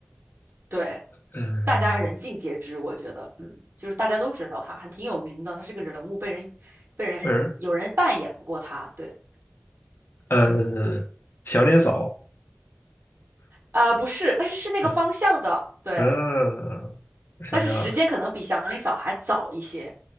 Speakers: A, on the right; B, on the left.
A: 对，
B: 嗯，
A: 大家人尽皆知，我觉得，嗯，就是大家都知道他，还挺有名的，他是个人物，被人被人有人扮演过他，
B: 被人
A: 对，
B: 呃，祥林嫂，
A: 呃，不是，但是是那个方向的，
B: 嗯
A: 对，
B: 嗯，我想想，
A: 但是时间可能比祥林嫂还早一些，